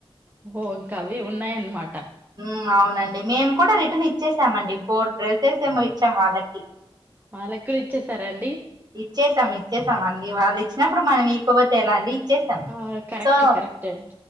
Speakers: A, on the right (about 20°); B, on the right (about 45°).
A: ఓహొ ఇంకా అవి ఉన్నాయన్మాట.
B: ఉమ్ అవునండి మేము కూడా రిటర్న్ ఇచ్చేసామండి. ఫోర్ డ్రెస్సెసెమో ఇచ్చాం వాళ్ళకి.
A: వాళ్ళక్కుడ ఇచ్చేసారండి?
B: ఇచ్చేసాం ఇచ్చేసాం అండి. వాళ్ళు ఇచ్చినప్పుడు మనం ఇయుకపోతే ఎలా అండి ఇచ్చేసాం.
A: ఆ! కరెక్టే
B: సో
A: కరెక్టేండి